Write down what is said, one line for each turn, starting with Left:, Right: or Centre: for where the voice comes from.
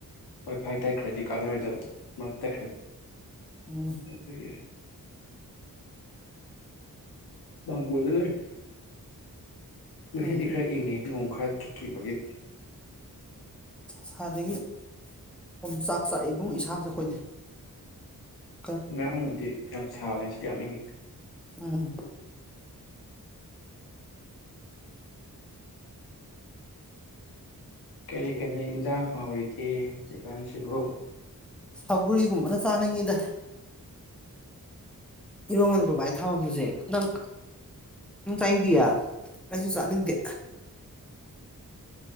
Left: ꯍꯣꯏ ꯐꯔ ꯇꯥꯏ ꯈꯔꯗꯤ ꯀꯥꯟꯅꯔꯣꯏꯗꯕ ꯃꯣꯏ ꯇ ꯈꯥꯏꯗꯤ
Centre: ꯎꯝ
Left: ꯑ <unintelligible> ꯂꯥꯡꯒꯣꯟꯗ ꯂꯩ ꯉꯁꯤꯗꯤ
Centre: ꯎꯝ
Left: ꯈꯔ ꯏꯪꯉꯦ ꯅꯣꯡ ꯈꯔ ꯈꯤ ꯈꯤꯕꯒꯤ
Centre: ꯁꯥꯗꯒꯤ ꯄꯨꯝꯆꯥꯛ ꯆꯥꯛ ꯏꯕꯨꯡ ꯏꯁꯥꯁꯦ ꯑꯩꯈꯣꯏꯗꯤ <unintelligible>
Left: ꯉꯔꯥꯡꯕꯨꯗꯤ ꯌꯥꯝ ꯁꯥꯕꯅꯤ ꯁꯤꯗꯤ ꯌꯥꯝ ꯏꯉꯤ
Centre: ꯎꯝ
Left: ꯀꯔꯤ -ꯀꯔꯤ ꯏꯟꯖꯥꯡ ꯍꯥꯎꯔꯤꯒꯦ ꯍꯧꯖꯤꯛꯀꯥꯟꯁꯤꯕꯨ
Centre: ꯁꯧꯒ꯭ꯔꯤꯒꯨꯝꯕꯅ ꯆꯥꯅꯤꯡꯉꯤꯗ ꯏꯔꯣꯜꯂꯨꯕ ꯕꯕꯥꯏ ꯊꯝꯃꯝꯕꯁꯦ ꯅꯪ ꯆꯥꯅꯤꯡꯗꯤꯌꯦ ꯑꯩꯁꯨ ꯆꯥꯅꯤꯡꯗꯦ